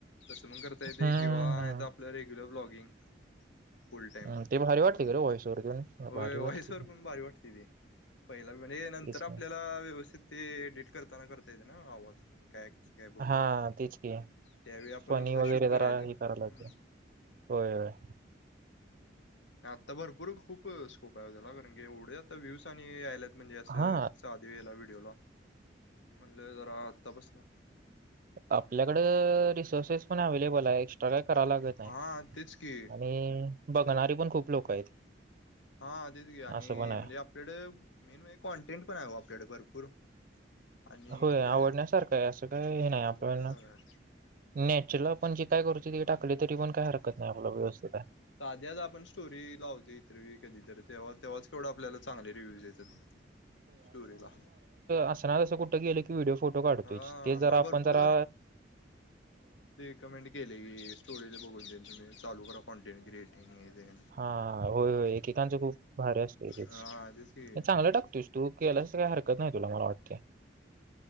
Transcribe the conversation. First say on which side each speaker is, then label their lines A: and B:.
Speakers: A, on the left; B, on the right.
A: तसं मग करता येते
B: हम्म
A: किंवा
B: हम्म
A: येत आपलं रेग्युलर ब्लॉगिंग फुल टाइम
B: हम्म ते भारी
A: तस
B: वाटते
A: पण
B: का रे व्हॉइस ओव्हर देऊन
A: हो
B: भारी वाटते
A: वॉईसवर पण भारी वाटते ती. पहिला म्हणजे
B: तेच
A: नंतर आपल्याला
B: ना
A: व्यवस्थित ते एडिट करताना करता येते ना आवाज काय कसं. काय बघून
B: हा तेच की
A: त्यावेळी आपण
B: फणी
A: नुसता
B: वगैरे
A: शूट करायचं
B: जरा हे करायला
A: हम्म
B: लागते. होय होय
A: आत्ता भरपूर खूप स्कोप आहे याला कारण की एवढे आता व्ह्यूज आणि यायलेत म्हणजे असं.
B: हा
A: दिवीला व्हडिओ ला म्हणले जरा आत्तापासन
B: आपल्याकड रिसोर्सेस पण अवलेबल आहे. काय करायला लागत नाही
A: हा तेच की
B: आणि बघणारी पण खूप लोक आहेत
A: हा तेच की आणि
B: असं पण आहे
A: म्हणजे आपल्याड मेन म्हणजे कॉन्टेंट पण आहे ओ आपल्याडे भरपूर आणि
B: होय
A: काय
B: आवडण्यासारखं आहे असं काही
A: हा
B: हे नाही आपल्या
A: आवडण्यासारखं आहे
B: नॅचरल आपण जे काय करतो ते टाकली तरी पण काय हरकत नाही आपल्या व्यवस्थित आहे.
A: साध्याच आपण स्टोरी लावतो इतर व कधीतरी तेव्हा तेव्हाच. थोडं आपल्याला चांगले रिव्ह्यू देतात स्टोरीला.
B: असना असं कुठ गेलं की व्हिडिओ फोटो काढतोयच
A: हा
B: ते जरा
A: मला
B: आपण
A: भरपूर
B: जरा
A: र कमेंट केले की स्टोरी ते बघून देईन तुम्ही चालू कॉन्टेंट क्रिएटिंग हे दे
B: हा होय होय एकेकांचं खूप भारी असत एकच
A: हा तेच की
B: चांगलं टाकतोस‌. तू केलास काही हरकत नाही तुला मला वाटते.